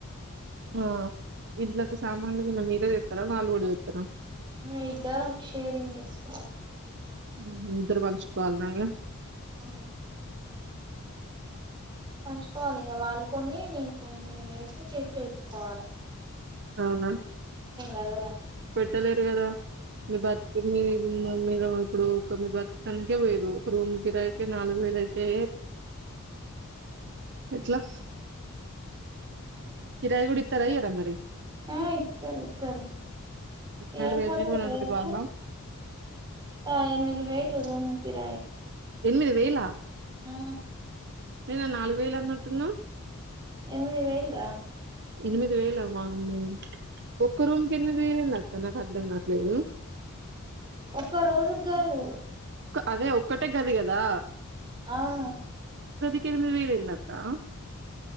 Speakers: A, on the right (about 55°); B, on the right (about 20°).
A: ఆ ఇంట్లోకి సామాన్లు గిన మీరే తెత్తరా వాళ్ళు కూడా తెత్తరా.
B: మే ఇద్దరం షేరింగ్ చేసుకోవాలి.
A: ఉ హు ఇద్దరు పంచుకోవాలనా ఇగ.
B: ఆ పంచుకోవాలి ఇంగ వాళ్ళు కొన్నీ మేము కొన్నీ ఏసి తీసేసుకోవాలె.
A: అవునా
B: కదరా
A: పెట్టలేరు కదా మీ బతుకుల్ మీవ్ ఇంగ మీరు ఇప్పుడు ఒక మీరు బతుకటానికే పోయింరు ఒక రూమ్ కిరాయికే నాలుగు వేలు అయితే, ఎట్లా
B: అదే
A: కిరాయి కూడా ఇత్తరా ఇయ్యరా మరి
B: ఆ ఇత్తరు ఇత్తరు ఇయ్యకపోతే
A: రెండు వేలు మీరు
B: ఎట్ల
A: రెండు
B: చెప్పూ
A: వేలు వాళ్ళ
B: ఆ ఎనిమిది వేలు రూమ్ కిరాయి.
A: తొమ్మిది వేలా
B: ఆ
A: నిన్న నాలుగు వేలు అన్నట్టున్నావ్.
B: ఎనిమిది వెయిల్రా.
A: ఎనిమిది వేల వామ్మో. ఒక్క రూమ్ కి ఎం వేలేంది అక్క నాకు అర్ధం కావట్లేదు.
B: ఒక్క రోజుగ్గాదు
A: అదే ఒక్కటే గది కదా.
B: అవును
A: కిరిమి వీరిందక్కా